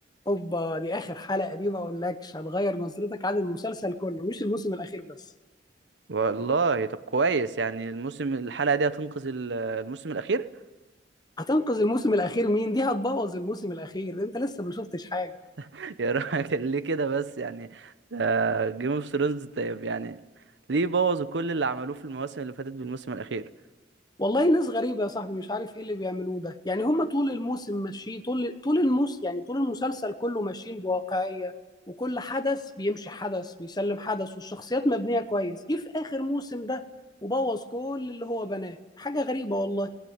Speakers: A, on the left; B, on the right.
A: اوبا دي اخر حلقه دي ما اقولكش هتغير نظرتك عن المسلسل كله مش الموسم الاخير بس
B: والله طب كويس يعني الموسم الحلقه دي هتنقذ ال- الموسم الاخير
A: هتنقذ الموسم الاخير مين دي هتبوظ الموسم الاخير انت لسه ما شفتش حاجه
B: <laughs> يا راجل ليه كده بس يعني جيم اوف ثرونز طيب يعني ليه بوظوا كل اللي عملوه في المواسم اللي فاتت بالموسم الاخير
A: والله ناس غريبه يا صاحبي مش عارف ايه اللي بيعملوه ده يعني هم طول الموسم ماشيين طول طول الموس يعني طول المسلسل كله ماشيين بواقعيه وكل حدث بيمشي حدث بيسلم حدث والشخصيات مبنيه كويس جه في اخر موسم ده وبوظ كل اللي هو بناه حاجه غريبه والله